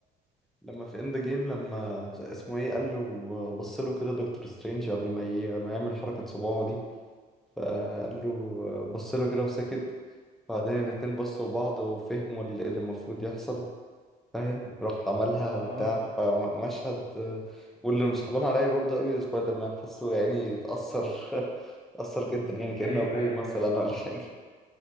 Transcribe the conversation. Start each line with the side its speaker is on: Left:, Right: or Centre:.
Centre: لما في اند جيم لما اسمه ايه قال له بص له كده دكتور سترينج قبل ما ي... ما يعمل حركة صباعه دي فقال له بص له كده وسكت بعدين الاتنين بصوا لبعض وفهموا اللي اللي المفروض يحصل فاهم راح عملها
Left: اه
Centre: بتاع فمشهد واللي مصاحبان عليا برضو قوي سبايدر مان حاسه يعني اتأثر <laughs> اتأثر جدا يعني كأنه
Left: ايوه
Centre: أبوه
Left: ايوه
Centre: مثلا
Left: ايوه
Centre: ولا حاجة